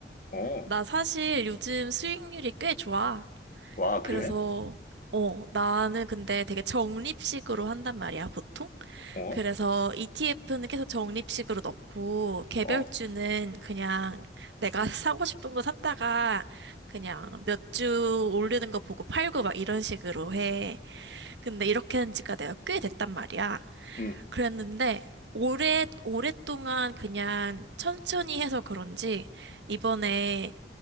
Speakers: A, on the left; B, on the right.
A: 어,
B: 나 사실 요즘 수익률이 꽤 좋아.
A: 와,
B: 그래서,
A: 그래?
B: 어, 나는 근데 되게 적립식으로 한단 말이야, 보통.
A: 어,
B: 그래서 ETF는 계속 적립식으로 넣고, 개별주는
A: 어,
B: 그냥 내가 <laughs> 사고 싶은 거 샀다가, 그냥 몇 주 오르는 거 보고 팔고 막 이런 식으로 해. 근데 이렇게 한 지가 내가 꽤 됐단 말이야.
A: 음,
B: 그랬는데 오래 오랫동안 그냥 천천히 해서 그런지 이번에